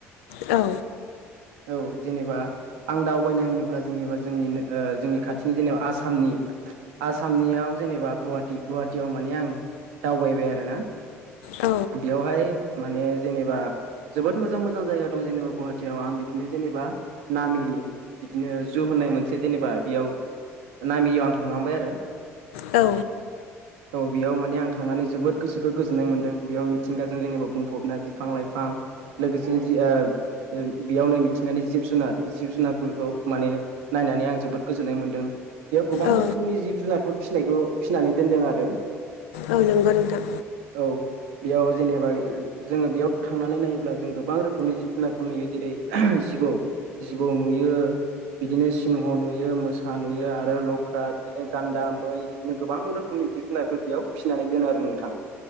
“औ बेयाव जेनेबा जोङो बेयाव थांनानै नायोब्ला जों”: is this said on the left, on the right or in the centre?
Right